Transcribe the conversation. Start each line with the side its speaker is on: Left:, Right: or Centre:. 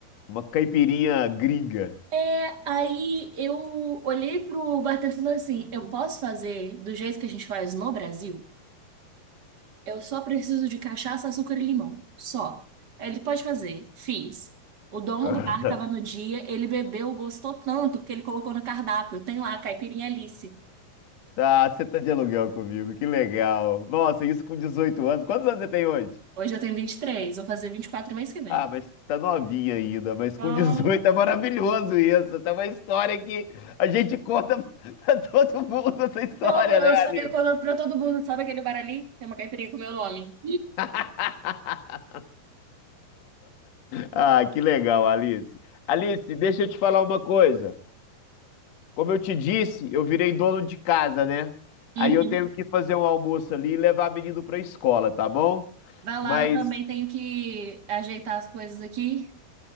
Left: Uma caipirinha gringa.
Right: É, aí eu olhei pro bartender e falei assim: eu posso fazer do jeito que a gente faz no Brasil? Eu só preciso de cachaça, açúcar e limão. Só. Ele pode fazer. Fiz. O dono
Left: <laughs>
Right: do bar tava no dia, ele bebeu, gostou tanto que ele colocou no cardápio. Tem lá, caipirinha Alice.
Left: Ah, você tá de aluguel comigo, que legal. Nossa, isso com 18 anos. Quantos anos você tem hoje?
Right: Hoje eu tenho 23. vou fazer 24 mês que vem.
Left: Ah, mas tá novinha ainda, mas
Right: Ah.
Left: com 18 é maravilhoso isso. Essa é uma história que a gente conta <laughs> pra todo mundo, essa história,
Right: Não, eu
Left: né,
Right: só
Left: Alice?
Right: ia quando pra todo mundo, sabe aquele bar ali? Tem uma caipirinha com meu nome.
Left: <laughs> Ah, que legal, Alice. Alice, deixa eu te falar uma coisa. Como eu te disse, eu virei dono de casa, né?
Right: Uhum.
Left: Aí eu tenho que fazer um almoço ali e levar menino pra escola, tá bom?
Right: Vai lá,
Left: Mas
Right: eu também tenho que ajeitar as coisas aqui.